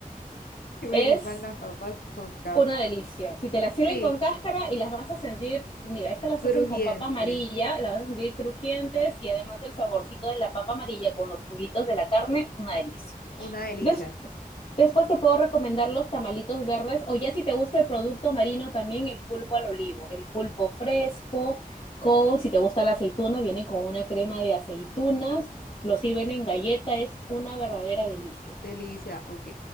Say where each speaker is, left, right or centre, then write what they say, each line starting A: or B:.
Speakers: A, on the left (about 75°); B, on the left (about 40°).
A: que me
B: es
A: sirvan las papas con casca.
B: una delicia. Si te las sirven
A: Sí,
B: con cáscara y las vas a sentir, mira, estas las
A: crujientes,
B: hacen con papa amarilla, las vas a sentir crujientes y además el saborcito de la papa amarilla con los juguitos de la carne, una delicia.
A: una delicia,
B: Des-
A: sí,
B: después te puedo recomendar los tamalitos verdes o ya si te gusta el producto marino también el pulpo al olivo, el pulpo fresco, con, si te gusta la aceituna, vienen con una crema de aceitunas, lo sirven en galleta, es una verdadera delicia.
A: delicia, ok.